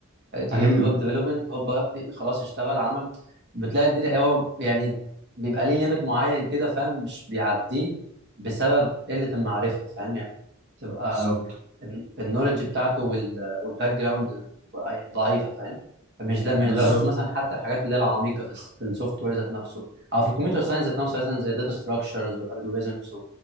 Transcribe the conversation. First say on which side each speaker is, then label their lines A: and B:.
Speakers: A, on the right (about 55°); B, on the right (about 35°).
A: اتعلم
B: امم
A: لي هوب ديفلوبمنت هوب خلاص اشتغل عمل بتلاقي الدنيا هو يعني بيبقى ليه ليميت معين كده فاهم مش بيعديه بسبب قله المعرفه فاهم يعني تبقى
B: بالظبط
A: النولج بتاعته والباك جراوند يعني ضعيفه فاهم فمش ده
B: بالظبط
A: مش درست مثلا حتى الحاجات اللي هي العميقه في الس- في السوفت وير ذات نفسه او في الكمبيوتر ساينس ذات نفسه مثلا زي الداتا ستراكشرز والالجوريزمز